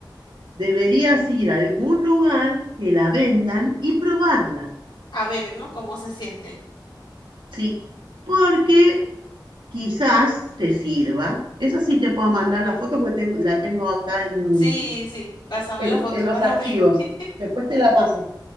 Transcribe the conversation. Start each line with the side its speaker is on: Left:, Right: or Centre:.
Right: deberías ir a algún lugar que la vendan y probarla.
Left: A ver, ¿no? ¿Cómo se siente?
Right: Sí, porque quizás te sirva. Esa sí
Left: Ujú.
Right: te puedo mandar la foto porque tengo- la tengo acá en,
Left: Sí, sí. Pásame
Right: en-
Left: la foto
Right: en los
Left: para
Right: archivos.
Left: ver. <laughs>
Right: Después te la paso.